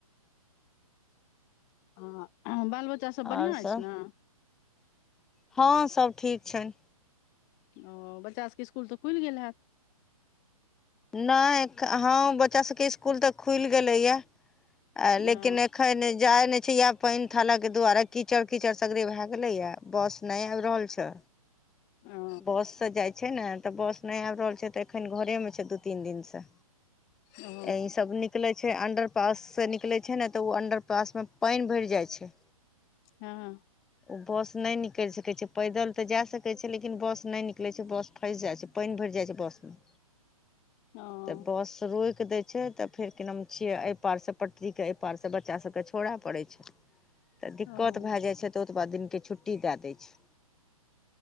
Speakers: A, on the left (about 20°); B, in the centre.
A: ह ह बाल बच्चा सब बढ़िआँ
B: आओर
A: अछि
B: सब
A: न
B: हँ सब ठीक छनि
A: ओ बच्चा सभके स्कुल तऽ खुलि गेल हेत
B: नहि हँ बच्चा सबके स्कुल तऽ खुलि गेलै य आ लेकिन
A: ओ
B: एखन जाय नै छै आब पानि थाला के दुआरे कीचड़ कीचड़ सगरे भय गेलै ये बस नही आबि रहल छै
A: ओ
B: बससँ जाय छै ने तऽ बस नहि आबि रहल छै तऽ एखन घरेमे छै दू तीन दिनसँ
A: ओ
B: एहि सब निक निकलै छै अण्डर पाससँ निकलै छै ने तऽ ओ अण्डर पासमे पानि भरि जाय छै
A: हँ
B: ओ बस नहि निकल सकै छै पैदल त जाय सकै छै लेकिन लेकिन बस नहि निकलै छै बस फसि जाय छै पानि भरि जाय छै बस में
A: ओ
B: त बस रोकि दैय छै तऽ फेर कि नाम छियै एहि पार से पटरी के एहि पार से बच्चा सब के छोड़य पड़ै छै तऽ दिक्कत
A: हँ हूँ
B: भए जाय छै तऽ ओतबा दिनके छुट्टी दए दै छै